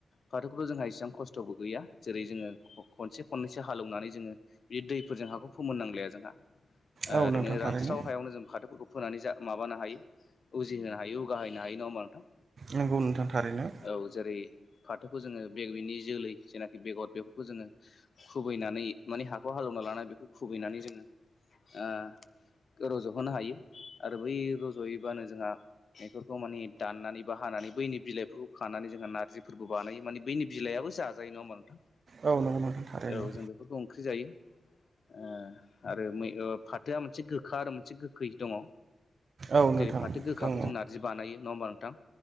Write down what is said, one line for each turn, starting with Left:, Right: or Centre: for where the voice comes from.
Left: फाथोखौथ' जोंहा एसेबां खस थ'बो गैया जेरै जोङो ख-खनसे खननैसो हालेवनानै जोङो बि दैफोरजों हाखौ फोमोन नांलाया जोंहा
Right: औ
Left: ओरैनो
Right: नोंथां थारैनो
Left: रानस्राव हायावनो जों फाथोफोरखौ फोनानै जा माबानो हायो उजिहोनो हायो उगाहैनो हायो नङा होमबा नोंथां।
Right: नंगौ नोंथां थारैनो।
Left: औ जेरै फाथोखौ जोङो बेयैनि जोलै जेनाखि बेगद बेफोरखौ जोङो खुबैनानै माने हाखौ हालेवना लानानै बेखौ खुबैनानै जोङो ओ रज'होनो हायो आरो बै रज'यैबानो जोंहा बेफोरखौ माने दाननानै बा हानानै बैनि बिलाइफोरखौ खानानै जोंहा नारजिफोरबो बानायो माने बैनि बिलाइआबो जाजायो नङा होमबा नोंथां?
Right: औ नंगौ नोंथां थारैनो
Left: औ जों बेफोरखौ ओंख्रि जायो ओ आरोै मै ओ फा थोआ मोनसे गोखा आरो मोनसे गोखै दङ
Right: औ नोंथां
Left: जेरै फाथो गोखाखौ
Right: दङ
Left: जों नार जि बानायो नङा होमबा नोंथां